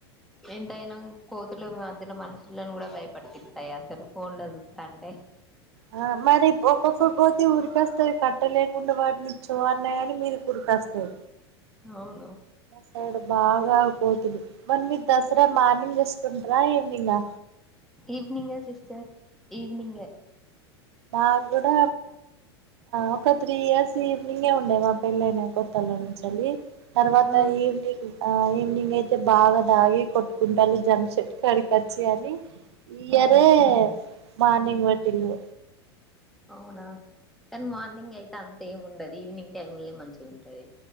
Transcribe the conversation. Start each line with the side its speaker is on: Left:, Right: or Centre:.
Centre: ఎంతైనా కోతులు మధ్యలో మనుషులను కూడా భయపట్టిస్తాయి అసలు ఫోన్లో చూస్తుంటే
Right: ఆ మరి ఒక్కొక్కక్క కోతి ఊరికేస్తారు కట్ట అట్ట లేకుండా వాటిని చ్చో అన్నా నీ మీదికి ఉరికేస్తాయి
Centre: అవును
Right: సైడు బాగా కోతులు మరి మీరు దసరా మార్నింగ్ చేసుకుంటార ఈవెనింగ్ నా
Centre: ఈవనింగ్ గే సిస్టర్ ఈవినింగ్ గే
Right: మాకు కూడా ఒక త్రీ ఇయర్స్ ఈవినింగే ఉండేయి మా పెళ్ళయినా కొత్తళ్ళ నుంచిలి తర్వాత
Centre: ఆ
Right: ఈవనింగ్ ఆ ఈవినింగ్ అయితే బాగా తాగి కొట్టుకుంటారు జం చెట్టు కాడికి వచ్చి అని ఈ ఇయరే
Centre: అవును
Right: మార్నింగ్ పెట్టింది
Centre: అవునా కానీ మార్నింగ్ అయితే అంతేం ఉండదు ఈవినింగ్ టైమ్ లనే మంచిగ ఉంటది